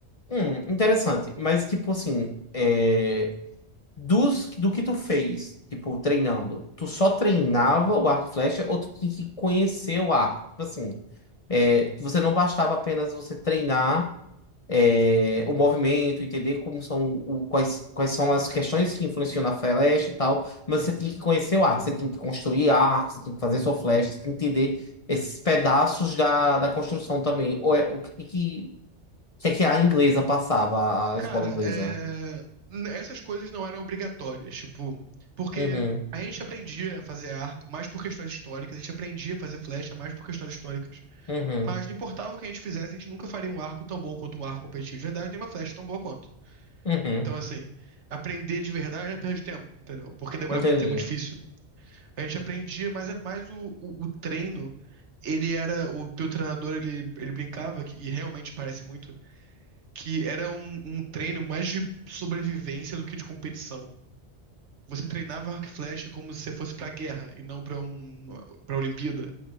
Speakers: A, on the left; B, on the right.
A: hum, interessante. Mas, tipo assim, é, dos, do que tu fez, tipo, treinando, tu só treinava o arco e flecha ou tu tinha que conhecer o arco? Tipo assim, é, você não bastava apenas você treinar. é, o movimento, entender como são o, quais, quais são as questões que influenciam na flecha e tal, mas você tem que conhecer o arco, você tem que construir arco, você tem que fazer sua flecha, você tem que entender esses pedaços da, da construção também. Ou é- o que que, o que é que a inglesa passava, a
B: Cara,
A: escola inglesa?
B: é, n- essas coisas não eram obrigatórias, tipo, porque
A: Uhum,
B: a gente aprendia a fazer arco mais por questões históricas, a gente aprendia a fazer flecha mais por questões históricas.
A: uhum,
B: Mas não importava o que a gente fizesse, a gente nunca faria um arco tão bom quanto um arco competitivo de verdade, nem uma flecha tão boa quanto.
A: uhum,
B: Então, assim, aprender de verdade é perda de tempo, entendeu? Porque demora
A: entendi.
B: muito, é muito difícil. A gente aprendia, mas era mais o, o, o treino. Ele era. O teu treinador, ele, ele brincava, que- e realmente parece muito, que era um, um treino mais de sobrevivência do que de competição. Você treinava arco e flecha como se você fosse pra guerra e não pra um, pra Olimpíada,